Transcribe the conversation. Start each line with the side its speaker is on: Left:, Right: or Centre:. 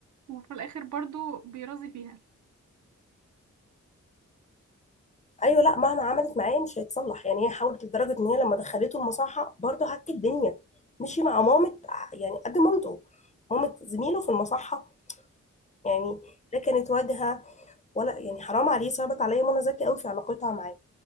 Right: وفي الاخر برضو بيرازي فيها
Left: ايوه لا مهما عملت معاه مش هيتصلح يعني هي حاولت لدرجه ان هي لما دخلته المصحه برضه هك الدنيا مشي مع مامة ع- يعني قد مامته مامة زميله في المصحه يعني لا كانت واجهه ولا يعني حرام عليه صعبت عليا منى زكي قوي في علاقتها معاه